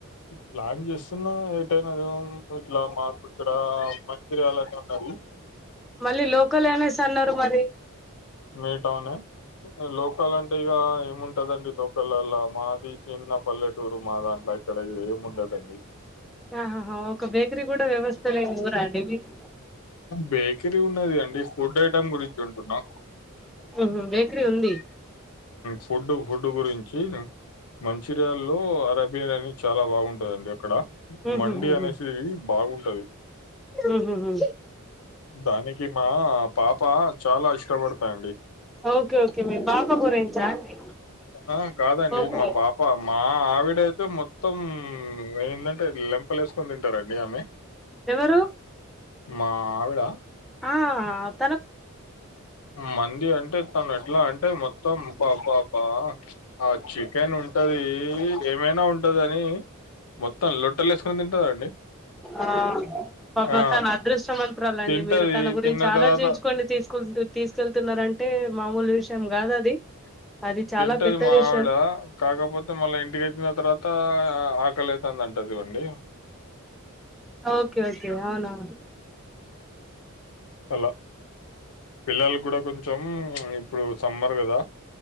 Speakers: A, on the left; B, in the centre.
A: ప్లాన్ చేస్తున్నా ఏటైనది ఇట్లా మాకు ఇక్కడ మంతి ర్యాలని ఉన్నది
B: మళ్ళీ లోకల్ అనేస్ అన్నరు మరి
A: మే టౌన్ లోకల్ అంటే ఇగ ఉంటదండి లోకళ్ళళ్ళ మాది చిన్న పల్లెటూరు మా దాంట్లో ఇక్కడ ఏమి ఉండదండి
B: ఆహాహా ఒక బేకరీ కూడా వ్యవస్థ లేని ఊరా అండి మీది
A: బేకరీ ఉన్నది అండి ఫుడ్ ఐటెమ్ గురించి అం టున్నా
B: ఉహు బేకరీ ఉంది
A: ఫుడ్ ఫుడ్ గురించి మంచూరియాల్లో అరేబియన్ అనే చాలా బాగుంటదండి. అక్కడ
B: ఉహుహుహు
A: మండి అనేసి బాగుంటది.
B: ఉహుహు
A: దానికి మా పాప చాలా ఇష్టపడతాంది.
B: ఓకే ఓకే మీ పాప గురించా అండి
A: ఆ కాదండి
B: ఓకే
A: మా త్తం మా ఆవిడయితే మొత్తం ఏంటంటే లెంపలు వేసుకొని తింటారండి ఆమె
B: ఎవరు?
A: మా ఆత్త
B: ఆహా ఆగ్
A: మంది అంటే తను ఎట్లా అంటే మొత్ మొత్తం బాబ్బాబ్బా ఆ చికెన్ ఉంటది ఏమైనా ఉంటదని మొత్తం లొట్టలు ఏసుకొని తింటదండి
B: ఆ ప కో
A: ఆ
B: చా నమన్త్ ఆలోచించాలండి
A: తింటది
B: మీరు తన గురించి
A: తిన్న
B: ఆలోచించుకోని
A: తర్వాత
B: తీసుకు తీసుకెళ్తున్నర అంటే మామూలు విషయం కాద అది చాలా
A: తింటది
B: పెద్ద
A: మావిడ
B: విషయం
A: కాకపోతే మళ్ళా ఇంటికెక్కిిన తర్వాత అంతా ఆకలి అయితాంది అంట చూడండి
B: ఓకే ఓకే అవునవును
A: అలా పిల్లలు కూడ కొంచెం ఇప్పుడు సమ్మర్ కదా